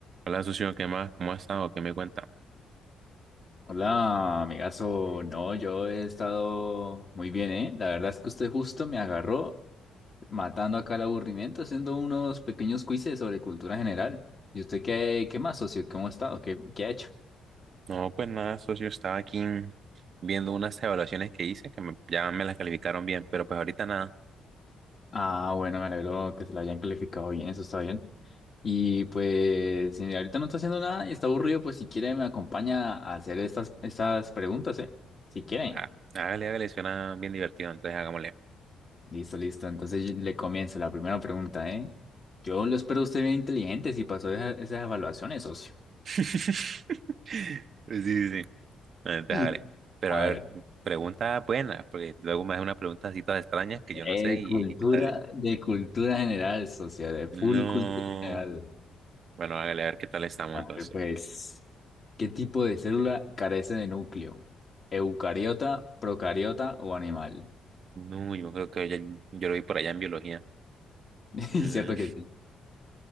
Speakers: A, on the right (about 55°); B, on the left (about 40°).
A: Hola, socio, ¿qué más? ¿Cómo has estado? ¿Qué me cuenta?
B: Hola, amigazo. No, yo he estado muy bien, ¿eh? La verdad es que usted justo me agarró matando acá el aburrimiento, haciendo unos pequeños quizzes sobre cultura general. ¿Y usted qué, qué más, socio? ¿Cómo ha estado? ¿Qué, qué ha hecho?
A: No, pues nada, socio, estaba aquí viendo unas evaluaciones que hice que me- ya me las calificaron bien, pero pues ahorita nada.
B: Ah, bueno, me alegro que se lo hayan calificado bien, eso está bien. Y pues, si ahorita no está haciendo nada y está aburrido, pues si quiere me acompaña a hacer estas, estas preguntas, ¿eh? Si quiere.
A: Ah, hágale, hágale, suena bien divertido, entonces hagámosle.
B: Listo, listo. Entonces le comienzo la primera pregunta, ¿eh? Yo lo espero usted bien inteligente si pasó esa- esas evaluaciones, socio.
A: <laughs> Pues Sí, sí, sí. Entonces
B: <laughs>
A: hágale. Pero
B: A
A: a ver,
B: ver,
A: pregunta buena, porque luego me hace unas preguntas así todas extrañas que yo
B: eh,
A: no sé y,
B: cultura,
A: y qué tal. es.
B: de cultura general, socio, de full
A: No.
B: cultura general.
A: Bueno, hágale, a ver qué tal estamos
B: A
A: entonces.
B: ver, pues, ¿qué tipo de célula carece de núcleo? ¿Eucariota, procariota o animal?
A: No, yo creo que ya- yo lo vi por allá en biología.
B: <laughs>
A: Mm,
B: ¿Cierto que sí?